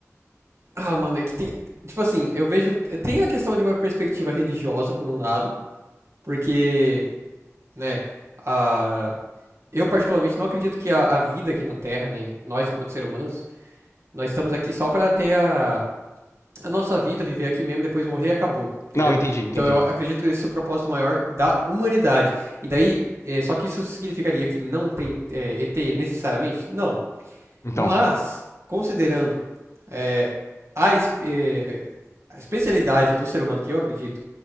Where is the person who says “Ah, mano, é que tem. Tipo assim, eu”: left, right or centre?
Right